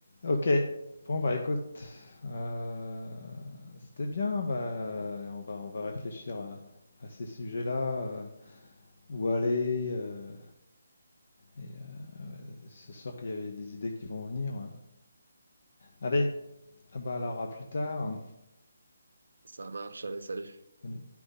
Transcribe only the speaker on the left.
Ok, bon bah écoute, euh, c'était bien. Bah, on va on va réfléchir à, à ces sujets-là, euh, où aller. euh, et euh, c'est sûr qu'il y avait des idées qui vont venir. Allez, ah bah alors à plus tard.
Salut.